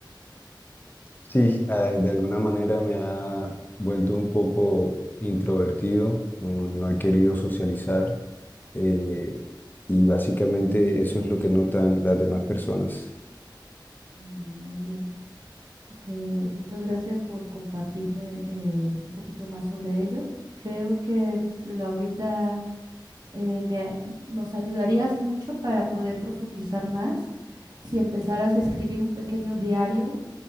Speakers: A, on the left (about 25°); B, on the right (about 55°).
A: Sí, eh, de alguna manera me ha vuelto un poco introvertido, no, no he querido socializar eh, y básicamente eso es lo que notan las demás personas.
B: Mm, Muy bien. Que muchas gracias por compartirme eh, un poquito más sobre ello. Creo que la- ahorita eh, me a- nos ayudarías mucho para poder profundizar más si empezaras a escribir un pequeño diario